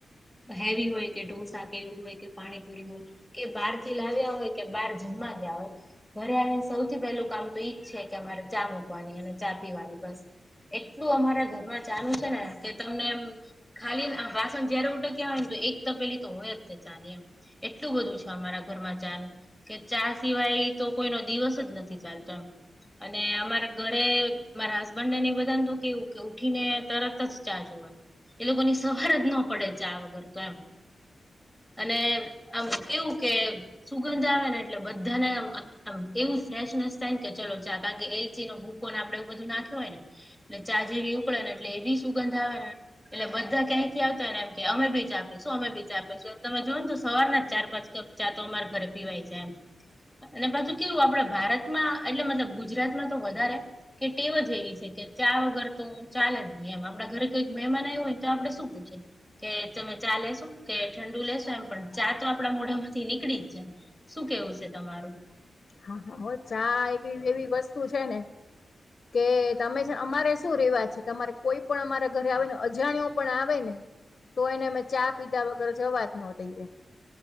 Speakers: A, in the centre; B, on the left (about 45°).
A: હેવી હોય કે ઢોસા એવું હોય કે પાણીપુરી નુ કે બહાર થી લાવ્યા હોય કે બહાર જમવા ગયા હોય. ઘરે આવીને સૌથી પહેલું કામ તો ઈજ છે કે અમારે ચા મૂકવાની અને ચા પીવાની બસ. એટલું અમારા ઘરમાં ચા નું છે ને કે તમને એમ ખાલીને વાસણ જયારે ઉટક્યા હોય ને એક તપેલી તો હોય જ તે ચા ની. એટલું બધું છે અમારા ઘરમાં ચા નું. કે ચા સિવાય તો કોઈનો દિવસ જ નથી ચાલતો અને અમારા ઘરે મારા હસબન્ડ ને બધા ને કેવું કે ઉઠી ને તરત જ ચા જોઈએ. એ લોકોની સવાર જ ન પડે ચા વગર તો એમ. અને આમ કેવું કે સુગંધ આવે ને એટલે બધાને આ મ એવું ફ્રેશનેસ થાય ને કે ચલો ચા કારણ કે ઇલાયચી નો ભૂકો આપડે એવું બધું નાખ્યું હોય ને અને ચા જેવી ઉકળે એ વી સુગંધ આવે ને એટલે બધા ક્યાંયથી આવતા હોયને એમ કે અમે બી ચા પીશું અમે બી ચા પીશું તમે જોવો ને તો સવાર ન ચાર પાંચ કપ. ચા તો અમારે ઘરે પીવાઈ જાય એમ અને પાછું કેવું આપડ ભારતમાં એટલે મતલબ ગુજરાતમાં તો વધારે કે ટેવ જ એવી છે કે ચા વગર તો ચાલે જ નહી એમ આપડા ઘરે કોઈક મહેમાન ન હોય તો આપડ શું પૂછે કે તમે ચા લેશો કે ઠંડુ લેશો એમ પણ ચા તો આપડા મોઢામાંથી નીકળી જ જાય શું કેવું છે તમારું?
B: હા ચા એ એવી એક વસ્તુ છે ને. કે તમે છે અમારે શું રેવાજ છે કે અમારે કોઈ પણ અમારા ઘરે આવેને અજાણ્યો પણ આવે ને તો એને અમે ચા પીધા વગર જાવજ ના દઈએ.